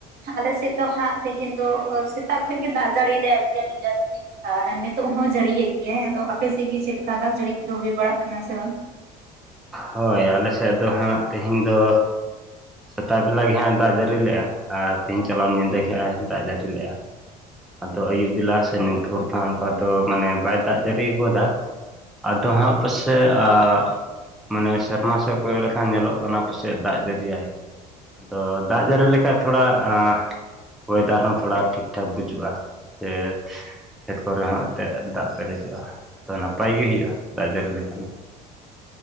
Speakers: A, on the right; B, in the centre.
A: ᱟᱞᱮ ᱥᱮᱫ ᱫᱚ ᱦᱟᱸᱜ ᱛᱮᱦᱮᱧ ᱫᱚ ᱥᱮᱛᱟᱜ ᱠᱷᱚᱡ ᱜᱮ ᱫᱟᱜ ᱡᱟᱹᱲᱤ ᱫᱟᱭ ᱟᱨᱠᱤ ᱟᱹᱰᱤ ᱡᱟᱹᱥᱛᱤ ᱾ ᱟᱨ ᱱᱤᱛᱚᱜ ᱦᱚᱸ ᱡᱟᱹᱲᱤᱭᱮᱫ ᱜᱮᱭᱟᱭ᱾ ᱟᱫᱚ ᱟᱯᱮ ᱥᱮᱜ ᱜᱮ ᱪᱮᱫ ᱞᱮᱠᱟ ᱫᱟᱜ ᱡᱟᱹᱲᱤ ᱠᱚᱫᱚ ᱦᱩᱭ ᱵᱟᱲᱟᱜ ᱠᱟᱱᱟ ᱥᱮ ᱵᱟᱝ?
B: ᱦᱳᱭ ᱟᱞᱮ ᱥᱮᱫ ᱫᱚ ᱦᱟᱸᱜ ᱛᱮᱦᱮᱧ ᱫᱚ ᱥᱮᱛᱟᱜ ᱵᱮᱞᱟ ᱜᱮ ᱦᱟᱸᱜ-ᱮ ᱫᱟᱜ ᱡᱟᱹᱨᱤ ᱞᱮᱜᱼᱟ ᱟᱨ ᱛᱮᱦᱮᱧ ᱪᱟᱞᱟᱣᱮᱱ ᱧᱤᱫᱟᱹ ᱜᱮ ᱦᱟᱸᱜ-ᱮ ᱫᱟᱜ ᱡᱟᱹᱨᱤ ᱞᱮᱜᱼᱟ ᱾ ᱟᱫᱚ ᱟᱭᱭᱩᱵ ᱵᱮᱞᱟ ᱥᱮ ᱱᱤᱛ ᱵᱷᱳᱨ ᱫᱚ ᱚᱱᱠᱟ ᱫᱚ ᱢᱟᱱᱮ ᱵᱟᱭ ᱫᱟᱜ ᱡᱟᱹᱤᱣ ᱟᱠᱟᱫᱟ ᱾ ᱟᱫᱚ ᱦᱟᱸᱜ ᱯᱟᱥᱮ ᱟᱸ ᱢᱟᱱᱮ ᱥᱮᱨᱢᱟ ᱥᱮᱫ ᱠᱚᱭᱚᱜ ᱞᱮᱠᱷᱟᱱ ᱧᱮᱞᱚᱜ ᱠᱟᱱᱟ ᱯᱟᱥᱮᱡ ᱫᱟᱜ ᱡᱟᱹᱲᱤᱭᱟᱭ᱾ ᱟᱫᱚ ᱫᱟᱜ ᱡᱟᱹᱨᱤ ᱞᱮᱠᱷᱟᱡ ᱛᱷᱚᱲᱟ ᱮᱸ ᱚᱭᱮᱫᱟᱨ ᱦᱚᱸ ᱛᱷᱚᱲᱟ ᱴᱦᱤᱠ-ᱴᱷᱟᱠ ᱵᱩᱡᱩᱜᱼᱟ, ᱥᱮ ᱠᱷᱮᱛ ᱠᱚᱨᱮ ᱦᱚᱸ ᱮᱱᱛᱮᱜ ᱫᱟᱜ ᱯᱮᱨᱮᱡᱚᱜ-ᱟ ᱛᱚ ᱱᱟᱯᱟᱭ ᱜᱮ ᱦᱩᱭᱩᱜ-ᱟ ᱫᱟᱜ ᱡᱟᱹᱲᱤ ᱞᱮᱠᱷᱟᱱᱮ᱾